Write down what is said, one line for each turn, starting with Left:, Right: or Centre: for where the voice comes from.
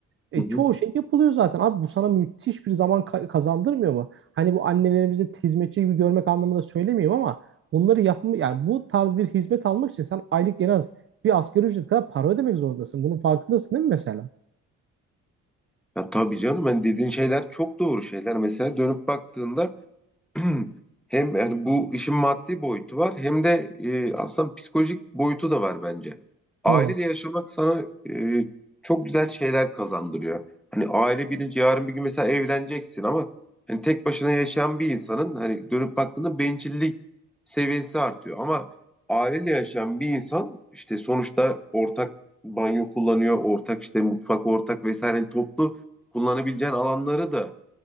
Right: e,
Centre: Hı hı.
Right: çoğu şey yapılıyor zaten. Abi bu sana müthiş bir zaman ka- kazandırmıyor mu? Hani bu annelerimizi hizmetçi gibi görmek anlamında söylemiyorum ama bunları yapma yani bu tarz bir hizmet almak için sen aylık en az bir asgari ücret kadar para ödemek zorundasın. Bunun farkındasın değil mi mesela?
Centre: Ya tabii canım ben dediğin şeyler çok doğru şeyler. Mesela dönüp baktığında <clears throat> Hem yani bu işin maddi boyutu var hem de e, aslında psikolojik boyutu da var bence. Aileyle
Right: Hı.
Centre: yaşamak sana e, çok güzel şeyler kazandırıyor. Hani aile birinci yarın bir gün mesela evleneceksin ama hani tek başına yaşayan bir insanın hani dönüp baktığında bencillik seviyesi artıyor. Ama aileyle yaşayan bir insan işte sonuçta ortak banyo kullanıyor, ortak işte mutfak ortak vesaire hani toplu kullanabileceğin alanları da